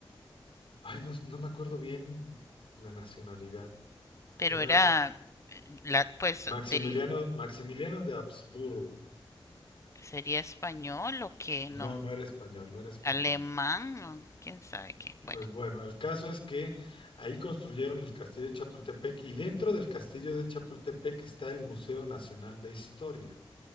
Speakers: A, on the left; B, on the left.
A: Ay, no, no me acuerdo bien la nacionalidad.
B: Pero
A: Pero era
B: era, la, pues,
A: Maximiliano,
B: de,
A: Maximiliano de Habsburgo.
B: ¿sería español o qué?
A: No,
B: No,
A: no era español, no era español.
B: alemán o quién sabe qué. Bueno,
A: Pues bueno, el caso es que ahí construyeron el castillo de Chapultepec y dentro del castillo de Chapultepec está el Museo Nacional de Historia,